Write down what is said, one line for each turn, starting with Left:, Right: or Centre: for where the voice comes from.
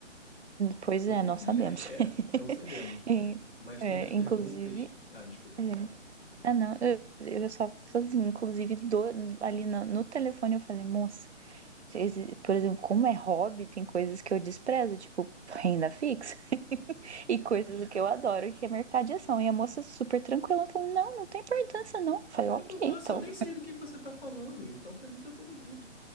Right: pois
Left: O
Right: é,
Left: que
Right: nós sabemos.
Left: é,
Right: <laughs>
Left: não sabemos.
Right: E,
Left: Mas
Right: é,
Left: tem umas perguntas
Right: inclusive.
Left: que. Ah, desculpa,
Right: é,
Left: fala.
Right: Ah, não, eu, eu só falei assim, inclusive do- ali no, no telefone eu falei, moça. Esse- Por exemplo, como é hobby, tem coisas que eu desprezo, tipo renda fixa, <laughs> e coisas que eu adoro, que é mercado de ação. E a moça super tranquila, falou: não, não tem importância, não. Eu
Left: Não
Right: Falei,
Left: tem
Right: ok,
Left: importância,
Right: então,
Left: eu nem sei do que que você tá falando, então pra mim tá tudo bem.